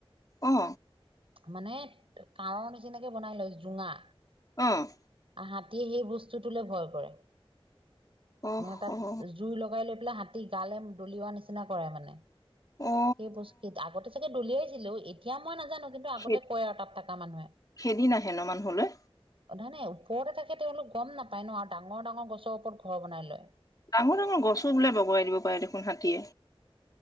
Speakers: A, on the left (about 40°); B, on the right (about 65°).
A: অ'।
B: মানে কাৱৰ নিচিনাকে বনাই লয় জোঙা।
A: অ'।
B: হাতীয়ে সেই বস্তু তে ভয় কৰে
A: অহ
B: মানে তাত
A: অহ
B: জুই লগাই লৈ পেলাই হাতী গালে দলিওৱা নিচিনা কৰে মানে।
A: অ
B: সেই বস্ত আগতে চাগে দলিয়াইছিলো এতিয়া মই নাজো জানো কিন্তু আগতে
A: খে
B: কয় আৰু তাত থকা মানুহে
A: খেদি নাহে ন মানুহলৈ
B: নাই নাই ওপৰতে থাকে তেওঁলোক গম নাপায় ন আৰু ডাঙৰ ডাঙৰ গছৰ ওপৰত ঘৰ বনাই লয়
A: ডাঙৰ ডাঙৰ গছো বোলে বগৰাাই দিব পাৰে দেখোন হাতীয়ে